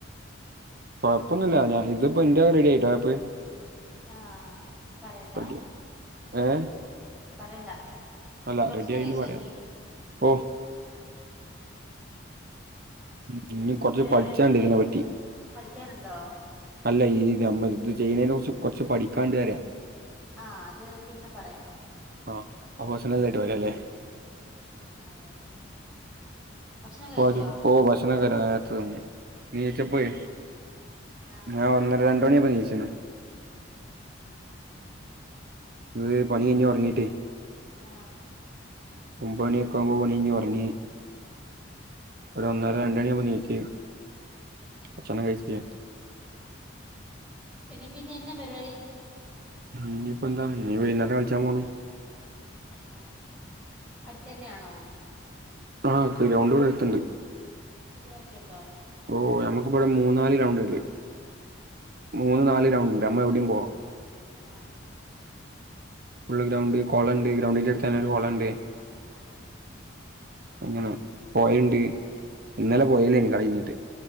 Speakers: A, on the right; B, in the centre.
A: കൊഴപ്പൊന്നില്ല ഞാ ഇതിപ്പോ എന്റെ റെഡിയായിട്ടോ ആപ്പ്
B: ആ പറയണ്ടേ
A: റെഡി ഏഹ്
B: ഉം പറയണ്ടാ
A: അല്ല
B: ഭക്ഷണം
A: റെഡി ആയി
B: കഴിച്ചോ
A: എന്ന് പറയാം
B: നീ
A: ഓ
B: ഉം
A: ഉം, ഇനി
B: പിന്നെ
A: കുറച്ച്
B: വേറെന്നാ
A: പഠിച്ചാണ്ട്
B: ഒണ്ട്
A: ഇതിനെ പറ്റി
B: ഇന്ന് പഠിക്കാനുണ്ടോ
A: അല്ല ഈ നമ്മ ഇത് ചെയ്യുന്നതിനെ കുറിച്ച് കൊറച്ച് പഠിക്കാണ്ട് പറയാ
B: ആ അത് പിന്നെ പറയാം നമുക്ക്
A: ആ അത് പേഴ്സണലായിട്ട്
B: ഉം
A: പറയാല്ലെ
B: ഉം അതെ അതെ ഉം ഭക്ഷണം കഴിച്ചോ
A: പതും പോ ഭക്ഷണാക്കെ നേരത്തെ തിന്ന് ണീച്ചപ്പോഴെ
B: ഉം ആഹ്
A: ഞാൻ ഒന്നര രണ്ട്മണിയപ്പോ ണീച്ചിന്
B: ഉം <unintelligible>
A: തെ പണി കഴിഞ്ഞോറങ്ങിട്ടേ
B: ആ
A: ഒമ്പണിയക്കാമ്പോ പണിഴിഞ്ഞ് ഒറങ്ങി
B: ഉം
A: ഒരു ഒന്നര രണ്ടണിയമ്പ ണീച്ച്
B: ഉം
A: ഭക്ഷ്ണം കഴിച്ചിട്ട്‌
B: പിന്ന പിന്നെ എന്ന പരിപാടി
A: നീയിപ്പ എന്താ നീ വൈന്നേരം കളിച്ചാൻ പോണം
B: ആ അടുത്തന്നെയാണോ
A: ആ ഗ്രൗണ്ട് വിടെ അടുത്തുണ്ട്
B: ആ കൂട്ടുകാരൊക്കെ ഒണ്ടോ
A: ഓ നമുക്കി ബടെ മൂന്നാല് ഗ്രൗണ്ട് ഇണ്ട്
B: ഉം
A: മൂന്ന് നാല് ഗ്രൗണ്ട് നമ്മളെവിടേം പോവാം
B: ആ
A: ഉള്ള ഗ്രൗണ്ട് കൊളണ്ട് ഗ്രൗണ്ടിന്റെ എടുത്ത് തന്നെ ഒരു കൊളണ്ട്
B: ആ
A: അങ്ങനെ പോയണ്ട് ഇന്നലെ
B: ഉം
A: പോയല്ലേനി കളികഞ്ഞിട്ട്